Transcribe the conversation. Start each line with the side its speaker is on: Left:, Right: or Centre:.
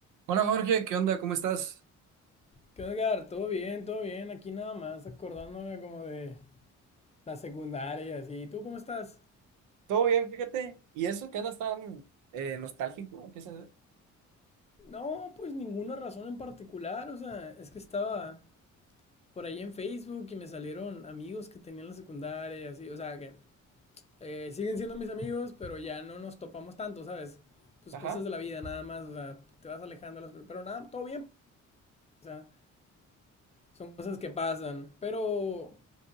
Right: Hola Jorge, ¿qué onda? ¿Cómo estás?
Left: ¿Qué onda, Edgar? Todo bien, todo bien. Aquí nada más acordándome como de la secundaria y así. ¿Tú cómo estás?
Right: Todo bien, fíjate. ¿Y eso que andas tan eh, nostálgico? ¿Qué se...
Left: No, pues ninguna razón en particular. O sea, es que estaba por ahí en Facebook y me salieron amigos que tenían la secundaria y así. O sea, que eh, siguen siendo mis amigos, pero ya no nos topamos tanto, ¿sabes? Pues
Right: Ajá,
Left: cosas de la vida nada más. O sea, te vas alejando. de las- Pero nada, todo bien. O sea, son cosas que pasan. Pero